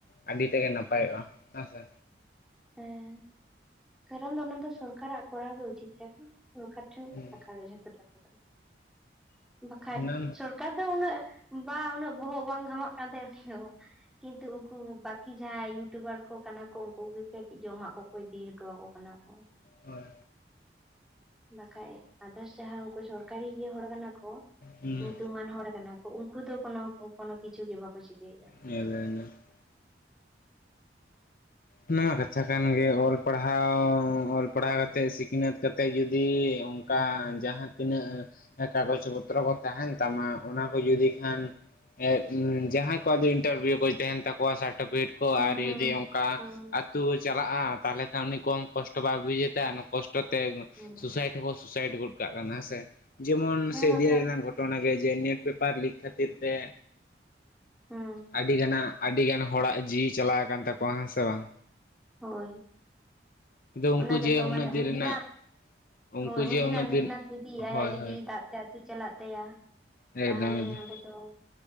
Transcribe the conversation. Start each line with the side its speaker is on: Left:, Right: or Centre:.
Left: ᱟᱹᱰᱤ ᱛᱮᱫ ᱜᱮ ᱱᱟᱯᱟᱭᱚᱜᱼᱟ ᱦᱮᱸ ᱥᱮ।
Centre: ᱦᱮᱸ ᱠᱟᱨᱚᱱ ᱫᱚ ᱚᱱᱟ ᱫᱚ ᱥᱚᱨᱠᱟᱨᱟᱜ ᱠᱚᱨᱟᱣ ᱜᱮ ᱩᱪᱤᱛ ᱛᱟᱦᱮ ᱠᱟᱱᱟ, ᱥᱚᱨᱠᱟᱨ ᱴᱷᱮᱱ
Left: ᱦᱩᱸ
Centre: ᱜᱮ ᱴᱟᱠᱟ ᱜᱮ ᱡᱷᱚᱛᱚ ᱴᱟᱠᱟ ᱫᱚ᱾ ᱵᱟᱠᱷᱟᱡ
Left: ᱚᱱᱟ
Centre: ᱥᱚᱨᱠᱟᱨ ᱫᱚ ᱩᱱᱟᱹᱜ ᱵᱟ ᱩᱱᱟᱹᱜ ᱵᱚᱦᱚᱜ ᱵᱟᱝ ᱜᱷᱟᱢᱟᱜ ᱠᱟᱱ ᱛᱟᱭᱟ ᱩᱱᱤ ᱫᱚ, ᱠᱤᱱᱛᱩ ᱩᱱᱠᱩ ᱵᱟᱹᱠᱤ ᱡᱟᱦᱟᱸᱭ ᱤᱭᱩᱴᱩᱵᱟᱨ ᱠᱚ ᱠᱟᱱᱟ ᱠᱚ ᱩᱱᱠᱩ ᱜᱮ ᱠᱟᱹᱴᱤᱡ ᱡᱚᱢᱟᱜ ᱠᱚᱠᱚ ᱤᱫᱤ ᱦᱚᱴᱚᱣᱟᱠᱚ ᱠᱟᱱᱟ ᱠᱚ᱾
Left: ᱦᱳᱭ᱾
Centre: ᱵᱟᱠᱷᱟᱡ ᱟᱫᱟᱥ ᱡᱟᱦᱟᱸ ᱩᱱᱠᱩ ᱥᱚᱨᱠᱟᱨᱤ ᱤᱭᱟᱹ ᱦᱚᱲ ᱠᱟᱱᱟ ᱠᱚ,
Left: ᱦᱩᱸ
Centre: ᱧᱩᱛᱩᱢᱟᱱ ᱦᱚᱲ ᱠᱟᱱᱟ ᱩᱱᱠᱩ ᱫᱚ ᱠᱚᱱᱚ, ᱠᱚᱱᱚ ᱠᱤᱪᱷᱩ ᱜᱮ ᱵᱟᱠᱚ ᱪᱤᱠᱟᱹᱭ ᱫᱟ᱾
Left: <unintelligible> ᱚᱱᱟᱢᱟ ᱠᱟᱛᱷᱟ ᱠᱟᱱᱜᱮ ᱚᱞ ᱯᱟᱲᱦᱟᱣ ᱚᱞ ᱯᱟᱲᱷᱟᱣ ᱠᱟᱛᱮᱫ ᱥᱤᱠᱷᱱᱟᱹᱛ ᱠᱟᱛᱮᱫ ᱡᱩᱫᱤ ᱚᱱᱠᱟ ᱡᱟᱦᱟᱸ ᱛᱤᱱᱟᱹᱜ ᱠᱟᱜᱚᱡᱽ ᱯᱚᱛᱨᱚ ᱠᱚ ᱛᱟᱦᱮᱱ ᱛᱟᱢᱟ ᱚᱱᱟ ᱠᱚ ᱡᱩᱫᱤ ᱠᱷᱟᱱ ᱮᱜ ᱡᱟᱦᱟᱸᱭ ᱠᱚᱣᱟᱜ ᱫᱚ ᱤᱱᱴᱟᱨᱵᱷᱤᱭᱩ ᱠᱚ ᱛᱟᱦᱮᱱ ᱛᱟᱠᱚᱣᱟ ᱥᱟᱨᱴᱚᱯᱷᱤᱠᱮᱴ ᱠᱚ
Centre: ᱦᱩᱸ
Left: ᱟᱨ
Centre: ᱦᱩᱸ
Left: ᱡᱩᱫᱤ ᱚᱱᱠᱟ
Centre: ᱦᱩᱸ
Left: ᱟᱛᱩ ᱪᱟᱞᱟᱜᱼᱟ ᱛᱟᱦᱚᱞᱮ ᱠᱷᱟᱱ ᱩᱱᱤ ᱠᱚᱢ ᱠᱚᱥᱴᱚ ᱵᱟᱭ ᱵᱩᱡ ᱮᱫᱟ ᱠᱚᱥᱴᱚ ᱛᱮ
Centre: ᱦᱩᱸ
Left: ᱥᱩᱥᱟᱭᱤᱰ ᱥᱩᱥᱟᱭᱤᱴ ᱜᱚᱫ ᱠᱟᱱᱟ ᱦᱮ ᱥᱮ, ᱡᱮᱢᱚᱱ
Centre: ᱦᱮᱸ ᱵᱟᱠᱷᱟᱡ
Left: <unintelligible> ᱜᱷᱚᱴ ᱛᱚ ᱚᱱᱟ ᱜᱮ ᱡᱮ ᱱᱮᱴ ᱯᱮᱯᱟᱨ ᱞᱤᱠ ᱠᱷᱟᱹᱛᱤᱨ ᱛᱮ
Centre: ᱦᱩᱸ
Left: ᱟᱹᱰᱤ ᱜᱟᱱᱟᱜ ᱟᱹᱰᱤ ᱜᱟᱱ ᱦᱚᱲᱟᱜ ᱡᱤᱣᱤ ᱪᱟᱞᱟᱣ ᱟᱠᱟᱱ ᱛᱟᱠᱚᱣᱟ ᱦᱮᱸ ᱥᱮ ᱵᱟᱝ?
Centre: ᱦᱳᱭ
Left: ᱟᱫᱚ ᱩᱱᱠᱩ
Centre: ᱚᱱᱟ
Left: ᱡᱮ
Centre: ᱜᱮᱛᱚ
Left: ᱩᱱᱟᱹᱜ
Centre: ᱢᱟᱱᱮ
Left: ᱫᱤᱱ
Centre: ᱩᱱᱫᱤᱱᱟᱜ
Left: ᱨᱮᱱᱟᱜ ᱩᱱᱠᱩ
Centre: ᱦᱳᱭ
Left: ᱡᱮ
Centre: ᱩᱱᱫᱤᱱᱟᱜ
Left: ᱩᱱᱟᱹᱜ ᱫᱤᱱ
Centre: ᱢᱮᱦᱱᱟᱛ ᱡᱩᱫᱤ
Left: ᱦᱳᱭ
Centre: ᱟᱭᱟᱜ ᱡᱩᱫᱤ
Left: ᱦᱳᱭ
Centre: ᱫᱟᱜ ᱛᱮ ᱟᱹᱛᱩ ᱪᱟᱞᱟᱜ ᱛᱟᱭᱟ
Left: ᱮᱠᱫᱚᱢ
Centre: ᱛᱟᱦᱚᱞᱮ
Left: ᱮᱠᱫᱚᱢ
Centre: ᱚᱸᱰᱮ ᱛᱚ